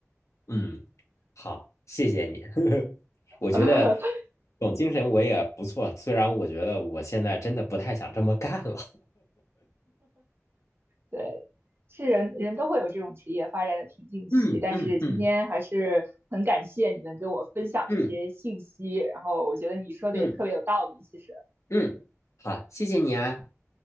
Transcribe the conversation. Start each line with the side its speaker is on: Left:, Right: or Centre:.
Left: 嗯，好，谢谢你。<laughs> 我觉得这
Right: <laughs>
Left: 种精神我也不错，虽然我觉得我现在真的不太想这么干了。
Right: 对，是人人都会有这种职业发展的瓶颈期，
Left: <laughs> 嗯嗯嗯
Right: 但是今天还是很感谢你能跟我分享这些信息，
Left: 嗯
Right: 然后我觉得你说的也特别有道理，
Left: 嗯
Right: 其实。
Left: 嗯，好，谢谢你啊，